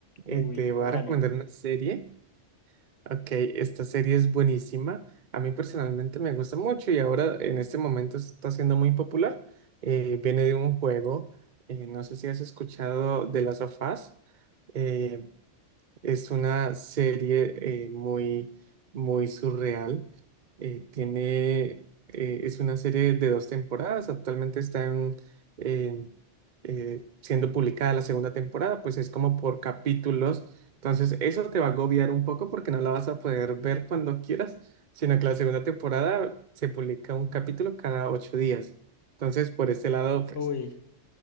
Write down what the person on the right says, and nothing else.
Eh,
te voy a
recomendar una serie Ok, esta serie es buenísima. A mí personalmente me gusta mucho y ahora en este momento está siendo muy popular. Eh, viene de un juego, eh, no sé si has escuchado de las of Us. Eh, es una serie eh, muy, muy surreal. Eh, tiene, eh, es una serie de dos temporadas. Actualmente está en- en, eh, siendo publicada la segunda temporada, pues es como por capítulos. Entonces, eso te va a agobiar un poco porque no la vas a poder ver cuando quieras, sino que la segunda temporada se publica un capítulo cada ocho días. Entonces, por este lado, pues